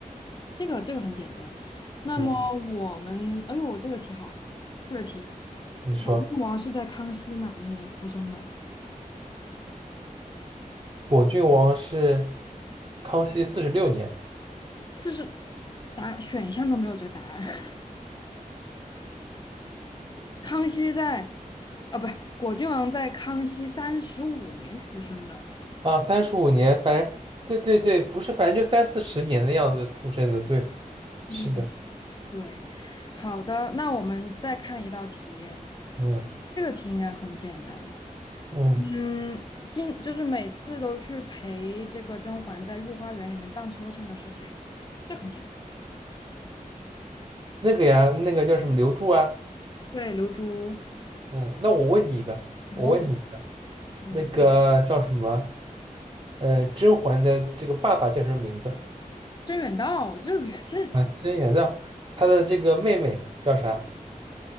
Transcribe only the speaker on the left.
这个这个很简单。那么我们，
哎呦，这个题好，这个题，
果郡王是在康熙哪一年出生的？
四十，答选项都没有这个答案。<laughs> 康熙在，啊，不是，果郡王在康熙三十五年出生的。
嗯，
对。好的，那我们再看一道题，
这个题应该很简单了。
嗯，今就是每次都去陪这个甄嬛在御花园里面荡秋千的是谁？这很简单。
对，刘珠、
吴文文，
嗯，
甄远道，这不是这